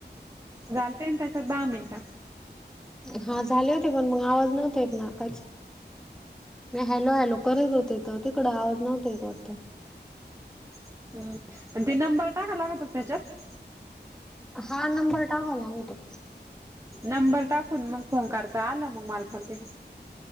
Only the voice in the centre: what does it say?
हां झाले होते पण मग आवाज नव्हता येत ना काहीच. मी हॅलो हॅलो करत होतेत तिकडं आवाज नव्हता येत वाटत.
हां नंबर टावाला लागतो.